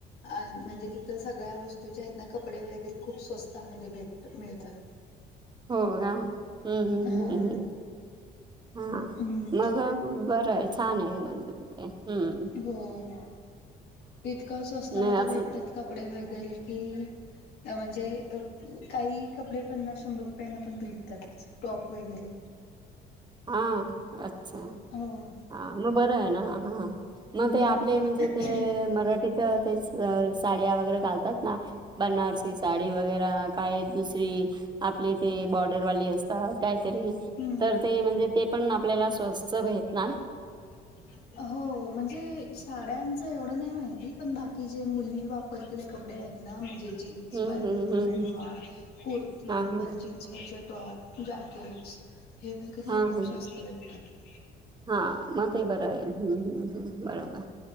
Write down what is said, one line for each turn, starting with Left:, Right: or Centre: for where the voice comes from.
Left: अन म्हणजे तिथं सगळ्या वस् तू ज्या आहेत ना, कपडे वगैरे खूप स्वस्तामध्ये भेटतं मिळतात.
Right: होना अं ह
Left: हा
Right: ह ह. हां
Left: हम्म
Right: मग बरं आहे छान आहे म्हणजे तिथे, हं.
Left: होना इतका स्वस्थमध्ये
Right: नाही असं
Left: भेटतात कपडे वगैरे की म्हणजे काही कपडे पन्नास शंभर रुपयांना पण भेटतातच टॉप वगैरे.
Right: हां अच्छा,
Left: हो.
Right: हा मग बरं आहे ना. हा मग
Left: हम्म
Right: ते आपले म्हणजे ते
Left: हम्म
Right: मराठीचं तेच साड्या वगैरे घालतात ना, बनार सी साडी वगैरा काय दुसरी आपले ते बॉर्डरवाली असतात कायतरी.
Left: हम्म.
Right: ते म्हणजे तेपण आपल्याला स्वस्त भेटना.
Left: <inaudible> हो म्हणजे साड्यांचं एवढं नाही माहिती, पण बाकी जे मुली वापरलेले कपडे आहेत न म्हणजे जीन्स
Right: हम्म
Left: <unintelligible> म्हणा
Right: हम्म हम्म
Left: किंवा कुर्ती
Right: हा हा
Left: पर जीन्स वरचं टॉप, जॅकेट्स वगैरे
Right: हा
Left: एकदम
Right: हा
Left: स्वस्त भेटतात. <unintelligible>
Right: हा मग हे बरं आहे, हम्म हम्म. बरोबर का